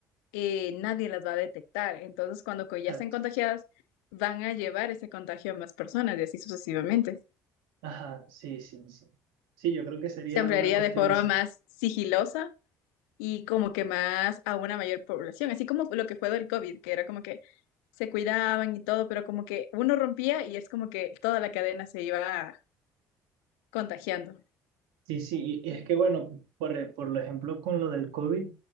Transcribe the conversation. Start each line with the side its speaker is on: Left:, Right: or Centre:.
Left: eh, nadie las va a detectar. Entonces cuando co- ya
Right: Exacto.
Left: estén contagiadas, van a llevar ese contagio a más personas y así sucesivamente.
Right: Ajá, sí, sí, sí. Sí, yo creo que sería
Left: Se ampliaría
Right: una cuestión
Left: de forma
Right: así.
Left: más sigilosa y como que más a una mayor población, así como lo que fue del COVID, que era como que se cuidaban y todo, pero como que uno rompía y es como que toda la cadena se iba contagiando.
Right: Sí, sí, y es que bueno, por, e- por lo ejemplo con lo del COVID, eh,